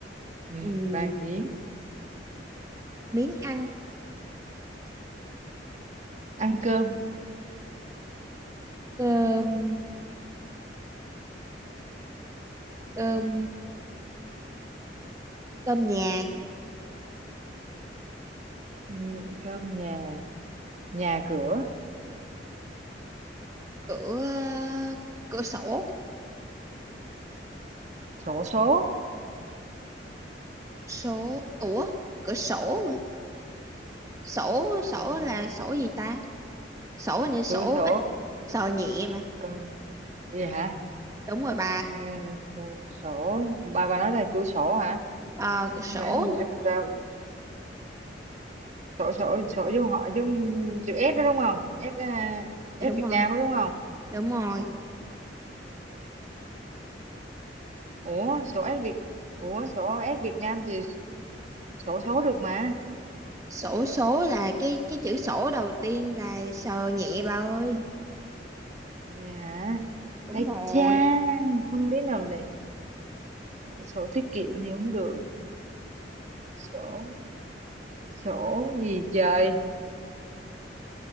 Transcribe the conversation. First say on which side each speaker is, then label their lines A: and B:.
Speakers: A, on the right (about 40°); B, on the right (about 20°).
A: ừ.
B: Ừm,
A: vàng miếng
B: miếng ăn
A: ăn cơm
B: cơm cơm cơm nhà
A: ừ. cơm nhà nhà cửa
B: cửa cửa sổ
A: sổ số
B: số ủa cửa sổ mà sổ sổ
A: ừ.
B: là sổ gì ta sổ là như sổ
A: cửa sổ
B: ít sờ nhẹ mà
A: cơm vậy hả
B: đúng rồi bà
A: Ờ, sổ sổ- bà bà nói là cửa sổ hả
B: Ờ, cửa sổ
A: xong rồi em em ra sổ sổ sổ vô họ giống chữ S đó đúng không S à, S
B: nha. đúng
A: Việt
B: rồi
A: Nam đó đúng không
B: đúng rồi
A: ủa sổ S Việt ủa sổ S Việt Nam thì sổ số được mà
B: sổ số là cái cái chữ sổ đầu tiên là sờ nhẹ bà ơi
A: Vậy hả
B: đúng
A: Ây
B: rồi
A: cha không lý nào lại sổ tiết kiệm thì không được sổ sổ gì trời